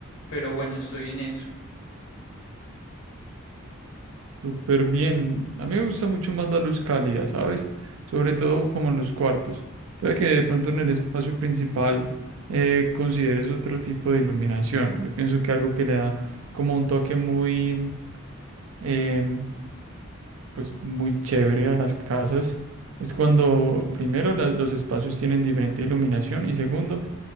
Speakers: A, on the left; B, on the right.
A: pero bueno, estoy en eso.
B: Súper bien. A mí me gusta mucho más la luz cálida, ¿sabes? Sobre todo como en los cuartos. Puede que de pronto en el espacio principal eh, consideres otro tipo de iluminación. Yo pienso que algo que le da como un toque muy, em, pues muy chévere a las casas es cuando primero las- los espacios tienen diferente iluminación y segundo